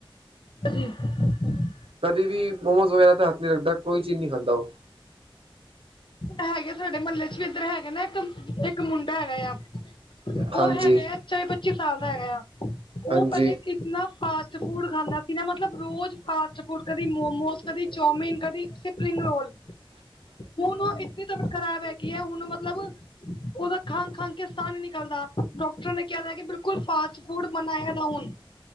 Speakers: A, on the left (about 60°); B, on the right (about 80°).
A: ਹਾਂਜੀ <unintelligible>
B: ਕਦੇ ਵੀ ਮੋਮੋਜ਼ ਵਗੈਰਾ ਤਾਂ ਹੱਥ ਨਹੀ ਰੱਖਦਾ ਕੋਈ ਚੀਜ਼ ਨਹੀ ਖਾਂਦਾ ਉਹ।
A: ਹੈਗੇ ਸਾਡੇ ਮਹੱਲੇ 'ਚ' ਵੀ ਇੱਧਰ ਹੈਗੇ ਨਾ ਇੱਕਮ ਇਕ ਮੁੰਡਾ ਹੈਗਾ ਯਾ, ਉਹ
B: ਹਾਂਜੀ
A: ਹੈਗਾ ਯਾ ਚੋਵੀ ਪੱਚੀ ਸਾਲ ਦਾ ਹੈਗਾ ਯਾ। ਉਹ
B: ਹਾਂਜੀ
A: ਪਹਿਲੇ ਕਿਤਨਾ ਫਾਸਟ ਫੂਡ ਖਾਂਦਾ ਸੀ ਨਾ ਮਤਲਬ ਰੋਜ਼ ਫਾਸਟ ਫੂਡ ਕਦੀ ਮੋਮੋਜ਼ ਕਦੀ ਚੌਮੀਨ ਕਦੀ ਸਪਰਿੰਗ ਰੋਲ। ਮਨ ਇੰਨੀ ਤਬੀਅਤ ਖਰਾਬ ਹੈ ਕੀ ਐ, ਹੁਣ ਮਤਲਬ ਉਹਦਾ ਖਾਂ ਖਾਂਘ ਕੇ ਸਸਾਹ ਨੀ ਨਿਕਲਦਾ, ਡਾਕਟਰ ਨੇ ਕਿਹਾ ਬਿਲਕੁਲ ਫਾਸਟ ਫੂਡ ਮਨਾ ਐ ਹੁਨ।